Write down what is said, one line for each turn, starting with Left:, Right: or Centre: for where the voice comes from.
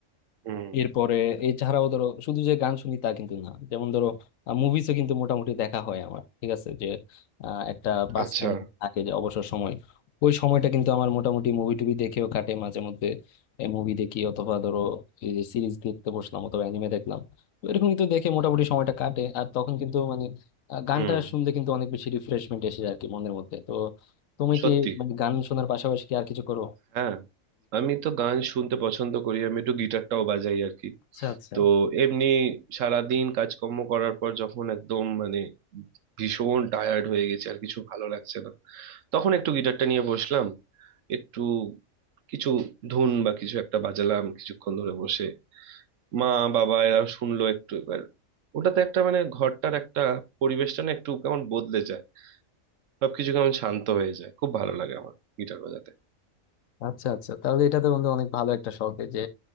Right: হুম
Left: এরপরে এছাড়াও ধরো শুধু যে গান শুনি তা কিন্তু না যেমন ধরো মুভিজও কিন্তু মোটামুটি দেখা হয় আমার ঠিক আছে যে আহ, একটা পাস
Right: আচ্ছা
Left: টাইম থাকে যে অবসর সময় ওই সময়টা কিন্তু আমার মোটামুটি মুভি টুভি দেখেও কাটে মাঝে মধ্যে মুভি দেখি অথবা ধরো এই যে সিরিজ দেখতে বসলাম অথবা অ্যানিমে দেখলাম তো এরকম কিন্তু দেখে মোটামুটি সময়টা কাটে আর তখন কিন্তু মানে আহ, গানটা
Right: হুম
Left: শুনলে কিন্তু অনেক বেশি রিফ্রেশমেন্ট এসে যায় আর কি মনের মধ্যে তো তুমি
Right: সত্যি
Left: কি মানে গান শোনার পাশাপাশি কি আর কিছু করো
Right: হ্যাঁ আমি তো গান শুনতে পছন্দ করি আমি একটু গিটারটাও বাজাই আর কি
Left: আচ্ছা আচ্ছা
Right: তো এমনি সারাদিন কাজকর্ম করার পর যখন একদম মানে ভীষণ টায়ার্ড হয়ে গেছে আর কিছু ভালো লাগছে না তখন একটু গিটারটা নিয়ে বসলাম একটু কিছু ধুন বা কিছু একটা বাজালাম কিছুক্ষণ ধরে বসে মা বাবা এরা শুনলো একটু এবার ওটাতে একটা মানে ঘরটার একটা পরিবেশটা না একটু কেমন বদলে যায় সবকিছু কেমন শান্ত হয়ে যায় খুব ভালো লাগে আমার গিটার বাজাতে
Left: আচ্ছা আচ্ছা তাহলে এটা তো বন্ধু অনেক ভালো একটা শখ এই যে